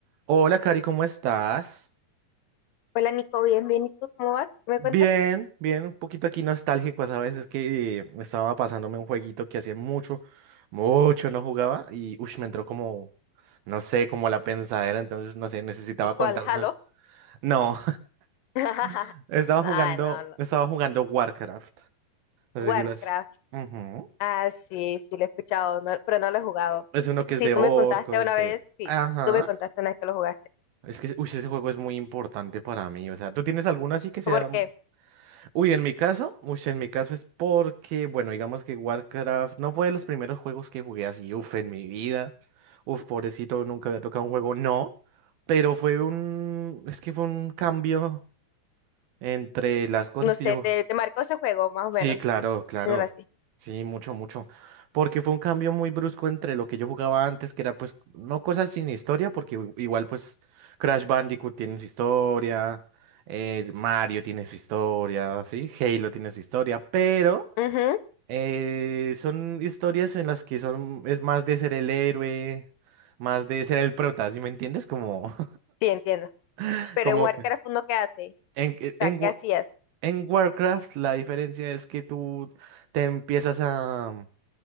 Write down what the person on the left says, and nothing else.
Hola Nico, bien, bien. ¿Y tú cómo vas? ¿Qué ¿Me cuentas?
¿Cuál? ¿Halo?
<laughs>
Ay,
no, no.
Warcraft.
Ah, sí, sí, lo he escuchado, no- pero no lo he jugado.
Sí,
tú
me contaste una
vez, sí,
tú me contaste una vez que lo jugaste.
Porque,
no
sé,
te, te marcó ese juego, más o
menos,
diciéndolo así.
Ujú,
sí, entiendo.
Pero
en Warcraft
uno, ¿qué hace?
O sea,
¿qué
hacías?